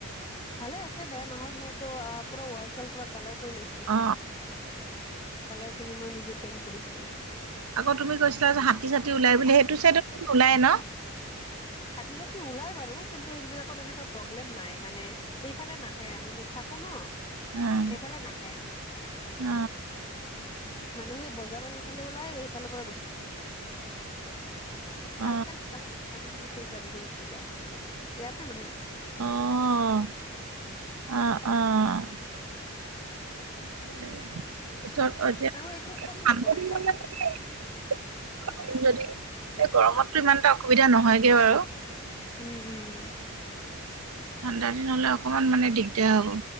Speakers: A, on the left; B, on the right.
A: ভালে আছে, বেয়া নহয়। মইতো আ, পুৰা ৱাল-চোৱাল পুৰা কালাৰ কৰি লৈছো।
B: অ'
A: কালাৰ কিনি মই, নিজে পেইণ্ট কৰিছো।
B: আকৌ তুমি কৈছিলা যে, হাতী-চাতী ওলাই বুলি, সেইটো চাইডত ওলায়ে ন?
A: হাতী-চাতী ওলাই বাৰু, কিন্তু এইবিলাকত এনেকুৱা প্ৰব্লেম নাই, মানে এইফালে নাহে, আমি য'ত থাকো ন,
B: অ'
A: সেইফালে নাহে।
B: অ,
A: মানে সেই বজাৰৰ সেইফালে ওলাই, এইফালৰ পৰা গুচি যায়।
B: অ',
A: আৰ্মী কেম্প আছে আৰ্মী কেম্পৰ সেই চাইডেদি গুচি যায়। ইয়াতে নাহে।
B: অঁ! আ <unintelligible> অঁ! সেইটোৱেই। ওচৰত <unintelligible>
A: আৰু একো ক্ষতি
B: সামৰি
A: নকৰে কাৰো
B: মানে <unintelligible> যদি, এই গৰমটো সিমান এটা অসুবিধা নহয়গে বাৰু।
A: উম-উম।
B: ঠাণ্ডা দিন হ'লে অকমান মানে দিগদাৰ হ'ব।